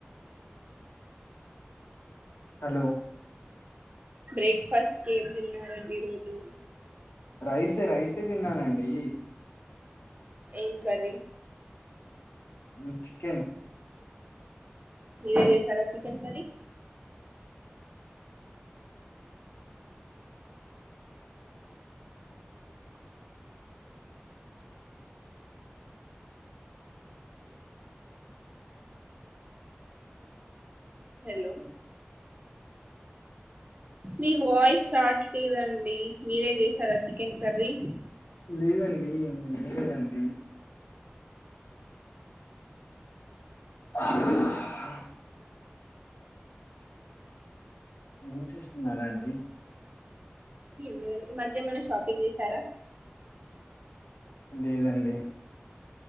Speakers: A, on the left; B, on the right.
A: హలో
B: బ్రేక్ఫాస్ట్ కి ఏం తిన్నారండి ఈరోజు
A: రైసే రైసే తిన్నానండి.
B: ఏం కర్రి
A: మ్ చికెన్
B: మీరే చేసారా చికెన్ కర్రి హెలో మీ వాయిస్ రావట్లేదండి మీరే చేసారా చికెన్ కర్రి
A: లేదండి నేన్ చేయలేదండి అహ్ ఏం చేస్తున్నారండి
B: ఏం లేదండి ఈ మధ్య ఏమన్న షాపింగ్ చేసారా?
A: లేదండి